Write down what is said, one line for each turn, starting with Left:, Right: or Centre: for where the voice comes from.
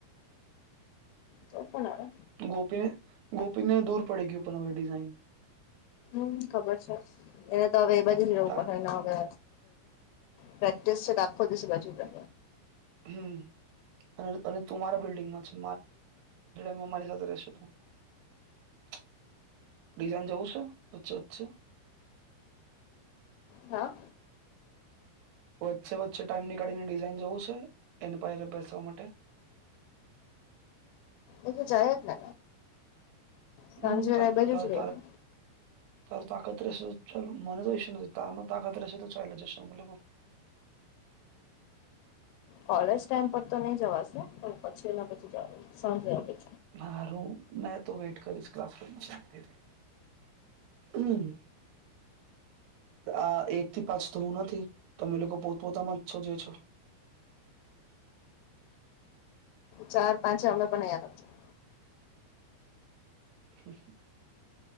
Left: તો પણ અરે
Right: ગોપીને ગોપીને દૂર પડી ગ્યું પણ હવે ડિઝાઇન
Left: હમ ખબર છે એને તો હવે એ બાજુ જ રહેવું
Right: તા
Left: પડે ને હવે પ્પ્રેક્ટિસ આખો દસે બાજુ રહે
Right: હમ અને તું મારા બિલ્ડિંગમાં છે મા મારી સાથે રહેશે તું? <inaudible> ડિઝાઇન જવું છે વચ્ચે વચચે?
Left: હા
Right: વચ્ચે વચ્ચે ટાઈમ નીકાળીને ડિઝાઇન જવું છે એની પાયરે બેસવા માટે? <inaudible>
Left: એ તો જાય જ ને સાંજે
Right: હમ
Left: એ
Right: ત
Left: બાજુ
Right: તારા
Left: જ રહીને
Right: તારે તાકાત રહેશે તો મને તો ઇસ્યૂ નથી તારમાં તાકાત રહેશે તો ચાલ્યા જશું અમે લોકો <inaudible>
Left: કોલેજ ટાઈમ પર તો નહી જવાશે પણ પછી પછી જવાનું સમજતી
Right: હારુ મેં તો વેટ કરીશ ક્લાસ કરના ચતી હમ આ એક થી પાંચ તો હું નથી તમે લોકો પોતપોતામાં જ છો જે છો <inaudible>
Left: ચાર પાંચ અમે પણ અયા નથી
Right: અ